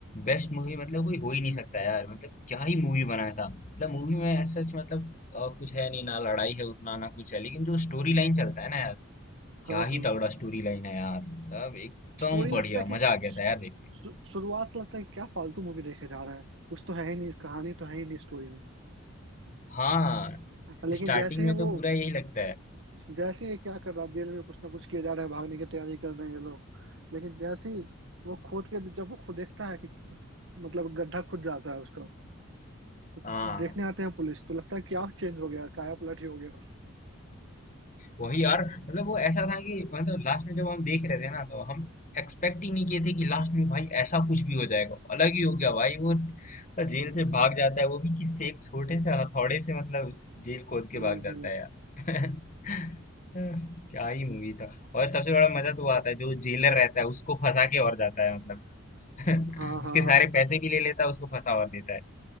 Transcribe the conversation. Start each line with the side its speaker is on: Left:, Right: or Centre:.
Left: बेस्ट मूवी मतलब कोई हो ही नहीं सकता यार मतलब क्या ही मूवी बनाया था मतलब मूवी में सच मतलब अ, कुछ है नहीं ना लड़ाई है उतना ना कुछ है लेकिन जो स्टोरी लाइन चलता है ना यार
Right: हाँ
Left: क्या
Right: हाँ
Left: ही तगड़ा स्टोरी लाइन है यार मतलब एकदम
Right: स्टोरी
Left: बढ़िया
Right: लगता है कि
Left: मजा आ गया
Right: शु-
Left: था यार देख के
Right: शुरुआत से लगता है कि क्या फालतू मूवी देखे जा रहा है कुछ तो है ही नहीं कहानी तो है ही नहीं स्टोरी में
Left: हाँ
Right: लेकिन
Left: स्टार्टिंग
Right: जैसे ही
Left: में तो
Right: वो
Left: पूरा यही लगता है
Right: जैसे ये क्या कर रहा है जेल में कुछ ना कुछ किया जा रहा है भागने की तैयारी कर रहे हैं ये लोग लेकिन जैसे ही वो खोद के जब वो खुद देखता है कि मतलब गड्ढा खुद जाता है उसका तो
Left: हाँ
Right: देखने आते हैं पुलिस तो लगता है क्या चेंज हो गया काया पलट ही हो गया बस
Left: वही यार मतलब वो ऐसा था कि मतलब लास्ट में जब हम देख रहे थे ना तो हम एक्सपेक्ट ही नहीं किए थे कि लास्ट में भाई ऐसा कुछ भी हो जाएगा अलग ही हो गया भाई वो तो जेल से भाग जाता है वो भी किससे एक छोटे से हथौड़े से मतलब जेल खोद के
Right: हम्म
Left: भाग जाता
Right: हम्म
Left: है यार <laughs> क्या ही मूवी था और सबसे बड़ा मजा तो वो आता है जो जेलर रहता है उसको फंसा के और जाता है मतलब <laughs>
Right: हाँ हाँ हाँ
Left: उसके सारे
Right: हम्म
Left: पैसे भी ले लेता है उसको फंसा और देता है